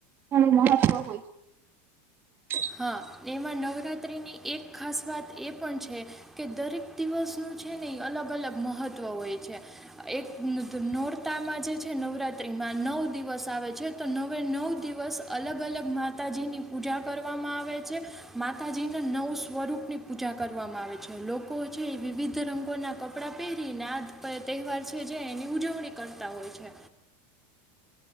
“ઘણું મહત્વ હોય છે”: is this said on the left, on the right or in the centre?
Right